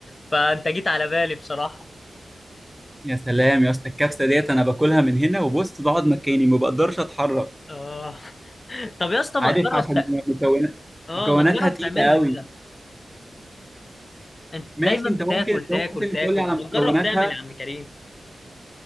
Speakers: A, on the left; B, in the centre.
A: فانت جيت على بالي بصراحه
B: يا سلام يا اسطى الكبسه ديت انا باكلها من هنا وبص بقعد مكاني ما بقدرش اتحرك
A: اه <laughs> طب يا اسطى ما
B: عارف
A: تجرب
B: عشان
A: تع...
B: مكونات
A: اه
B: مكوناتها
A: ما تجرب
B: تقيله
A: تعملها
B: قوي
A: كده انت
B: ماشي
A: دايما
B: انت
A: بتاكل
B: ممكن انت
A: تاكل
B: ممكن
A: تاكل
B: تقول لي على
A: ما
B: مكوناتها
A: تجرب تعمل يا عم كريم